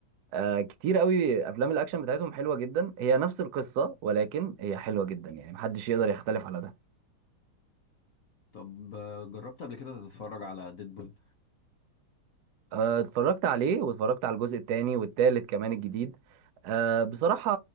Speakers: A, on the right; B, on the left.
A: آه كتير قوي افلام الاكشن بتاعتهم حلوه جدا هي نفس القصه ولكن هي حلوه جدا يعني محدش يقدر يختلف على ده
B: طب آه، جربت قبل كده تتفرج على ديدبول
A: آه اتفرجت عليه واتفرجت على الجزء الثاني والثالث كمان الجديد آه بصراحه